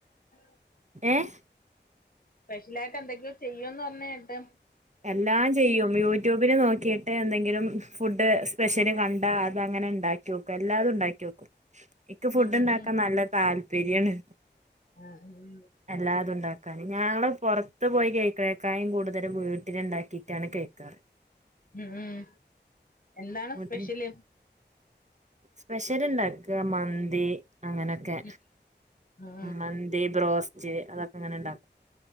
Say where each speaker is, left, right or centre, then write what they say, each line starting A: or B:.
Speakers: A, on the left; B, on the right.
A: <inaudible>
B: ഏഹ്
A: സ്പെഷ്യലായിട്ട് എന്തെങ്കിലും ചെയ്യോന്ന് പറഞ്ഞ കേട്ട്
B: എല്ലാരും ചെയ്യും യൂട്യൂബില് നോക്കിയിട്ട് എന്തെങ്കിലും ഫുഡ് സ്പെഷ്യല് കണ്ടാ അത് അങ്ങനെ ഉണ്ടാക്കി നോക്കും എല്ലാതും ഉണ്ടാക്കി നോക്കും
A: <inaudible>
B: ഇൻ ക്ക് ഫുഡ്
A: ഉം
B: ഇണ്ടാക്കാൻ
A: ഉം
B: നല്ല താൽപര്യാണ്
A: ആഹ് <inaudible>
B: എല്ലാതും ഉണ്ടാക്കാന് ഞങ്ങള് പുറത്ത് പോയി കഴിക്കുന്നത്തിനേക്കാൾ കൂടുതലും വീ വീടിലുണ്ടാക്കിയിട്ടാണ് കഴിക്കാറ്
A: ഉം ഉം എന്താണ്
B: വീട്ടില്
A: സ്പെഷ്യല്
B: സ്പെഷ്യൽ ഇണ്ടാക്ക മന്തി അങ്ങനെക്കെ ഒക്കെ
A: ഉം ഉം
B: മന്തി, ബ്രോസ്റ്റ് അതൊക്കെ ഇങ്ങനെ ഉണ്ടാക്കും